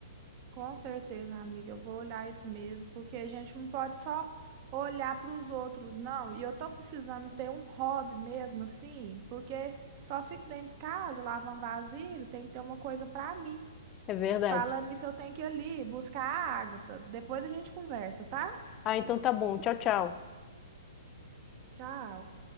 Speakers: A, on the right; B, on the left.
A: com certeza, amiga. Eu vou olhar isso mesmo, porque a gente não pode só olhar para os outros, não. E eu tô precisando ter um hobby mesmo, assim, porque só fico dentro de casa, lavando vasilha, tem que ter uma coisa para mim.
B: É verdade.
A: Falando isso eu tenho que ir ali buscar a Agatha. Depois a gente conversa, tá?
B: Ah, então tá bom. Tchau, tchau.
A: Tchau.